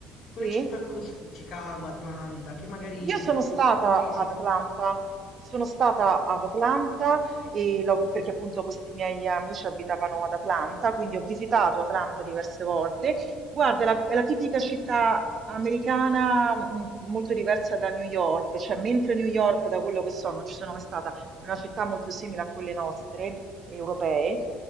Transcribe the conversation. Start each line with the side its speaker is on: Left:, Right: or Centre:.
Left: quelle
Right: Sì?
Left: città così, Chicago, Atlanta, che magari
Right: Io sono stata
Left: poi
Right: ad
Left: se vuoi
Right: Atlanta, sono stata ad Atlanta e l'ho- perché appunto questi miei amici abitavano ad Atlanta, quindi ho visitato Atlanta diverse volte. Guarda, è la, è la tipica città americana mh, molto diversa da New York, cioè mentre New York, da quello che so, non ci sono mai stata, è una città molto simile a quelle nostre, europee.